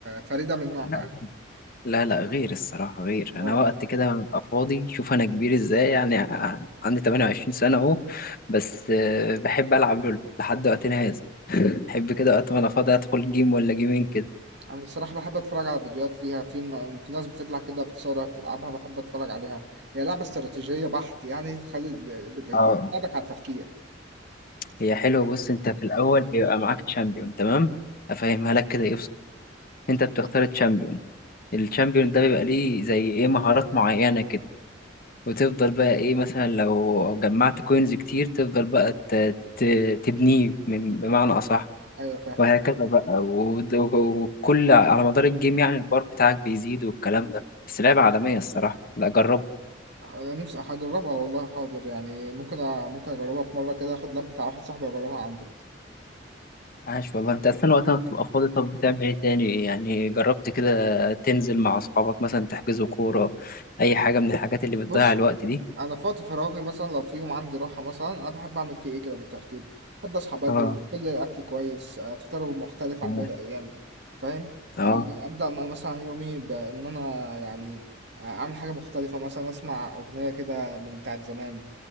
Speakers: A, on the right; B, on the left.
A: فريده من نوعها
B: لا
A: يعني
B: لا لا غير الصراحه غير انا
A: اه
B: وقت كده ببقى فاضي شوف انا كبير ازاي يعني ع- عندي 28 سنه اهو بس آه، بحب العب لول لحد وقتنا هذا بحب كده وقت ما انا فاضي ادخل جيم ولا جيمين كده
A: انا الصراحه بحب اتفرج على فيديوهات ليها في ن- في ناس بتطلع كده بتصورها بتلعبها بحب اتفرج عليها هي لعبه استراتيجيه بحت يعني تخلي بت- بتساعدك
B: اه
A: على التفكير
B: هي حلوه بص انت في الاول بيبقى معاك تشامبيون تمام افهمها لك كده ايه بص انت بتختار تشامبيون التشامبيون ده بيبقى ليه زي ايه مهارات معينه كده وتفضل بقى ايه مثلا لو جمعت كوينز كتير تفضل بقى ت- ت- تبنيه من- بمعنى اصح
A: ايوه فاهم
B: وهكذا بقى ود- وكل على مدار الجيم يعني البار بتاعك بيزيد والكلام ده بس لعبه عالميه الصراحه لا جربها
A: انا نفسي هجربها والله حاضر يعني ممكن أ... ممكن اجربها في مره كده اخد لاب بتاع واحد صاحبي واجربها عنده
B: عاش والله انت اصلا وقتها بتبقى فاضي طب بتعمل ايه تاني يعني جربت كده تنزل مع اصحابك مثلا تحجزوا كورة اي حاجة من الحاجات اللي بتضيع
A: بص
B: الوقت دي
A: انا في وقت فراغي مثلا لو في يوم عندي راحه مثلا انا بحب اعمل فيه ايه كده بالترتيب بحب اصحى بدري
B: اه
A: كل الاكل كويس آه، فطار مختلف
B: تمام.
A: عن باقي الايام فاهم
B: اه
A: آه، يعني ابدا م- مثلا يومي بان انا يعني آه، اعمل حاجه مختلفه مثلا اسمع اغنيه كده من بتاعت زمان